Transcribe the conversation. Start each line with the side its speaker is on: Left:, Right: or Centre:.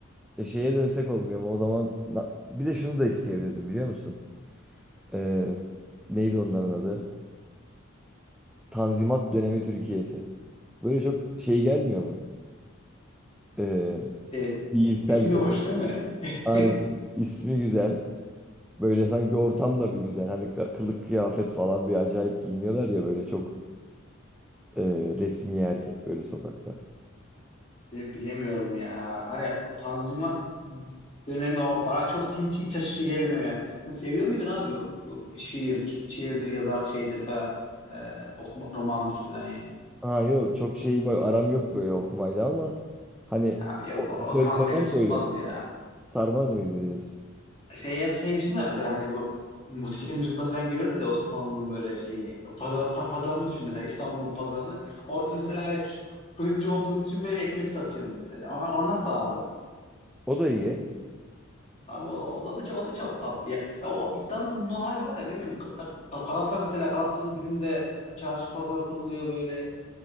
Centre: E şeye dönsek olmuyor mu? O zaman na- bir de şunu da isteyebilirdim biliyor musun? Ee, neydi onların adı? Tanzimat dönemi Türkiye'si. Böyle çok şey gelmiyor mu? Ee,
Left: Şey,
Centre: şiirsel
Left: ismi
Centre: bir.
Left: hoş değil mi? <laughs>
Centre: Aynen. İsmi güzel. Böyle sanki ortam da bir güzel. Hani ka- kılık kıyafet falan bir acayip giyiniyorlar ya böyle çok e, resmi herkes böyle sokakta.
Left: Bi- Bilemiyorum ya. Hani Tanzimat dönemi ama bana çok hiç iç açıcı gelmiyor yani. Sen seviyor muydun abi bu şiir, şiirdir, yazar şeydir falan, ee, okuma, romandır falan yani.
Centre: Ha yok çok şeyim aram yok böyle okumayla ama hani
Left: Abi yok
Centre: o
Left: o, o zaman
Centre: dö-
Left: seni
Centre: dönem
Left: tutmaz
Centre: böyle
Left: ya.
Centre: sarmaz mıydı diyorsun?
Left: Şey hep şey düşünsene mesela hani bu Muhteşem Yüzyılda falan görüyoruz ya Osmanlı'nın böyle şeyini, pazar, pa- pazarını düşün mesela İstanbul'un pazarını. Orada mesela bir fırıncı olduğunu düşün böyle bir ekmek satıyor mesela. O, o nasıl abi?
Centre: O da iyi.
Left: Abi o da, da çok, o da çok tatlı ya. Ya o İstanbul'un o hali var ya ne bileyim Ga- Ga- Galata mesela Galata'nın dibinde e, çarşı pazar kuruluyor böyle.